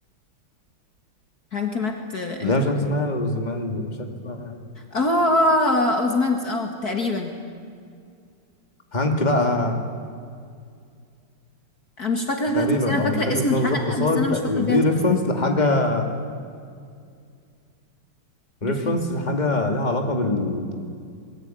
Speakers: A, on the left (about 45°); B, on the left (about 20°).
A: هانك مات امتى
B: اللي هي مش عارف اسمها زمان مش عارف اسمها
A: اه اه اوزمانس اه تقريبا
B: هانك لا
A: انا مش فاكرة فيها
B: تقريبا
A: تفاصيل انا
B: اه
A: فاكرة
B: مش فاكر
A: اسم
B: اسمها
A: الحلقة
B: بالظبط بس
A: بس
B: هو ت-
A: انا مش فاكرة
B: دي
A: فيها تفاصيل
B: ريفرنس لحاجه ريفرنس
A: ريفرنس
B: لحاجة ليها علاقة بالفراعنة